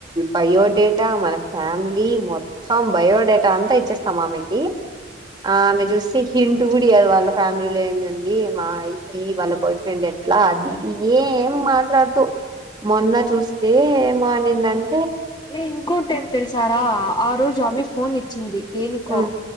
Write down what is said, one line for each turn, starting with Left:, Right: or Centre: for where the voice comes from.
Right: బయో డే టా మన ఫ్యామిలీ మొత్తం బయోడేటా అంతా ఇచ్చేస్తామా ఆమెకి ఆమె చూస్ చే హింట్ గుడి ఇయ్యదు వాళ్ళ ఫ్యామిలీలో ఏమి ఉంది మా ఇ వాళ్ళ బాయ్ ఫ్రెండ్ ఎట్లా అది ఏం మాట్లాడుతూ మొన్న చూస్తే ఏమో అనిందన్
Left: ఏ ఇంకోటి ఏం తెలుసా రా ఆ రోజు ఆమె ఫోన్ ఇ చింది దేనికో
Right: హ్మ్